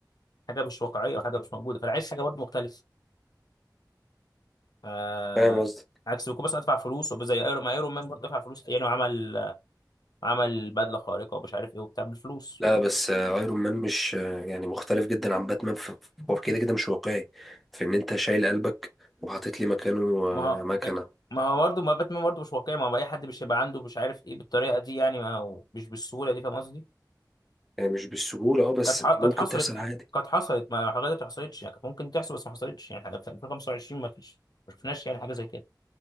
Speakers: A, on the left; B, in the centre.
A: حاجه مش واقعيه وحاجه مش موجوده فانا عايز حاجه برضه مختلفه آه
B: فاهم قصدي
A: عكس بكون بس ادفع فلوس وبقى زي ايرون ما ايرون مان برضه دفع فلوس يعني وعمل عمل بدله خارقه ومش عارف ايه وبتاع بالفلوس
B: لا بس آه، ايرون مان مش آه، يعني مختلف جدا عن باتمان في- هو كده كده مش واقعي في ان انت شايل قلبك وحاطط لي مكانه آه،
A: ما هو
B: مكنة
A: إيه؟ ما هو برضه ما باتمان برضه مش واقعي ما هو اي حد مش هيبقى عنده مش عارف ايه بالطريقه دي يعني ما هو مش بالسهوله دي فاهم قصدي
B: يعني مش بالسهولة اه بس
A: كانت ح-
B: ممكن
A: كانت حصلت
B: تحصل عادي
A: كانت حصلت ما حاجات ما حصلتش يعني كانت ممكن تحصل بس ما حصلتش يعني في 2025 ما فيش ما شفناش يعني حاجه زي كده